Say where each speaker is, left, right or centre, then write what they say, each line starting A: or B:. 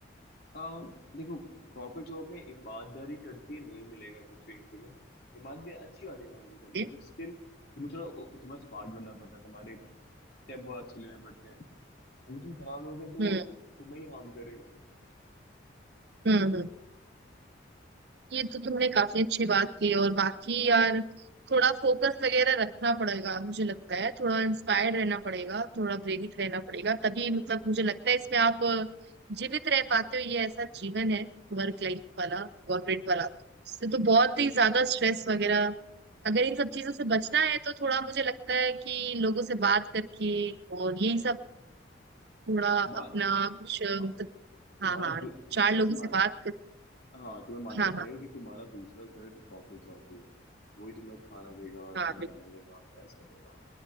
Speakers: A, on the left (about 55°); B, on the right (about 55°).
A: अम, देखो कॉर्पोरेट जॉब में ईमानदारी करके नहीं मिलेगा कुछ भी इंक्रीमेंट ईमानदारी अच्छी बात है ईमानदारी करना
B: हम्म
A: बट स्टिल तुम्हें थोड़ा तुम्हें स्मार्ट बनना पड़ता है तुम्हारे स्टेप बहुत अच्छे लेने पड़ते हैं अगर तुम खराब होगे तो वो
B: हम्म
A: तुम्हें ही हार्म करेगा
B: हम्म ये तो तुमने काफी अच्छी बात की और बाकी यार थोड़ा फोकस वगैरह रखना पड़ेगा मुझे लगता है थोड़ा इंस्पायर्ड रहना पड़ेगा थोड़ा प्रेरित रहना पड़ेगा तभी मतलब मुझे लगता है इसमें आप जीवित रह पाते हो ये ऐसा जीवन है वर्क लाइफ वाला कॉर्पोरेट वाला इससे तो बहुत ही ज्यादा स्ट्रेस वगैरह अगर इन सब चीजों से बचना है तो थोड़ा मुझे लगता है कि लोगों से बात करके और यही सब थोड़ा
A: बात
B: अपना कुछ मतलब
A: हाँ
B: हाँ
A: तुम्हारा
B: हाँ
A: दू-
B: चार
A: ऐसे
B: लोगों
A: ऐसे मान
B: से बात करके
A: हाँ तुम्हें मानना
B: हाँ
A: पड़ेगा
B: हाँ
A: कि तुम्हारा दूसरा घर कॉर्पोरेट जॉब पे है वही तुम्हें खाना देगा
B: हाँ
A: तुम्हें रहना देगा पैसा देगा